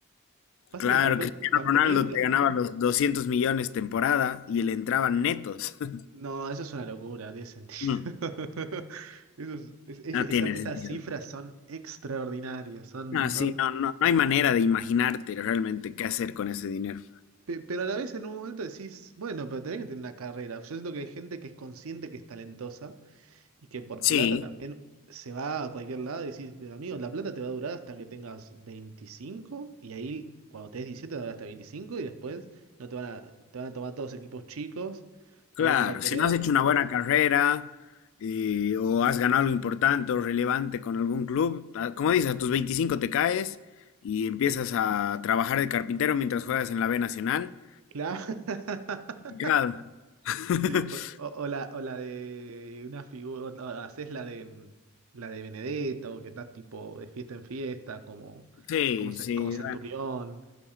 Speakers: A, on the right (about 70°); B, on the left (about 60°).
A: Pasa
B: Claro,
A: que tampoco
B: Cristiano Ronaldo
A: hay un... pla-
B: te ganaba los 200 millones temporada y le entraban netos. <laughs>
A: No, eso es una locura, no tiene sentido.
B: Mm,
A: <laughs> Eso es- es- es-
B: No
A: eso-
B: tiene
A: esas
B: sentido.
A: cifras son extraordinarias, son...
B: Ah, sí,
A: no-
B: no, no, no hay manera de imaginarte realmente qué hacer con ese dinero.
A: pe- pero a la vez en un momento decís, bueno, pero tenés que tener una carrera. Yo siento que hay gente que es consciente que es talentosa Y que por
B: Sí,
A: plata también se va a cualquier lado y decís, pero amigo, la plata te va a durar hasta que tengas 25 y ahí cuando tenés 17 te va a durar hasta 25 y después no te van a, te van a tomar todos equipos chicos,
B: Claro,
A: nadie te va a querer.
B: si no has hecho una buena carrera eh, o has ganado algo importante o relevante con algún club, a- como dices, a tus 25 te caes y empiezas a trabajar de carpintero mientras juegas en la B Nacional.
A: Claro. <laughs>
B: Claro. <laughs>
A: Sí, pues, o, o la, o la de una figura, o, o haces la de la de Benedetto, que está tipo de fiesta en fiesta, como,
B: Sí,
A: como, ce-
B: sí.
A: como centurión.
B: bueno,